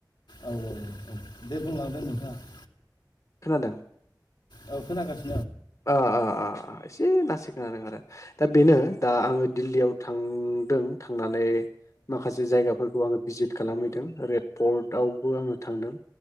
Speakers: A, on the left; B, on the left.
A: औ औ औ दे बुंलांदो नोंथाङा
B: खोनादों?
A: औ खोनादों
B: ओ ओ ओ एसे लासै खोनादों आरो दा बेनो दा आङो दिल्लीयाव थांदों थांनानै माखासे जायगाफोरखौ आंङो भिजिट खालामहैदों रेड पर्ट आवबो आंङो थांदों